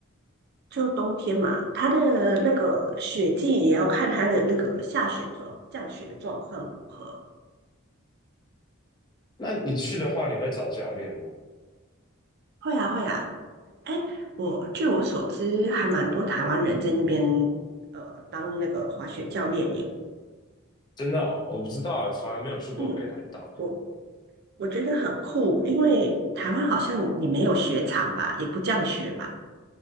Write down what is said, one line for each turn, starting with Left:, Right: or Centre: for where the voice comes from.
Right: 就冬天嘛。它的那个雪季也要看它的那个下雪状降雪的状况如何。
Left: 那你去的话，你会找教练吗？
Right: 会啊，会啊，哎，我据我所知，还蛮多台湾人在那边呃当那个滑雪教练耶。
Left: 真的哦，我不知道，从来没有去过北海道。
Right: 嗯，我我觉得很酷，因为台湾好像也没有雪场吧，也不这样学吧。